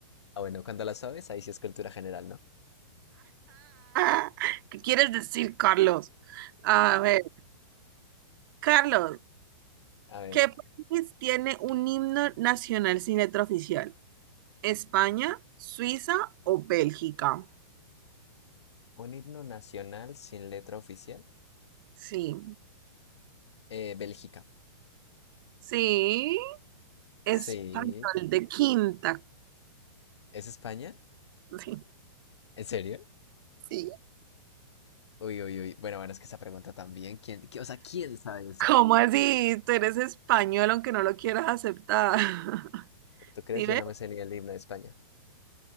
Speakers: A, on the left; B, on the right.
A: Ah, bueno, cuando la sabes, ahí sí es cultura general, ¿no?
B: <laughs> ¿Qué quieres decir, Carlos? A ver, Carlos,
A: A ver,
B: ¿qué país tiene un himno nacional sin letra oficial? España, Suiza o Bélgica.
A: un himno nacional sin letra oficial.
B: Sí,
A: Eh, Bélgica.
B: sí, español
A: Sí.
B: de quinta.
A: ¿Es España?
B: Sí.
A: ¿En serio?
B: Sí.
A: Uy, uy, uy. Bueno, bueno, es que esa pregunta también, ¿quién, qué- o sea, ¿quién sabe eso?
B: ¿Cómo así? Tú eres español aunque no lo quieras aceptar. <laughs>
A: ¿Tú crees?
B: ¿Sí ves?
A: Yo no me sé ni el himno de España.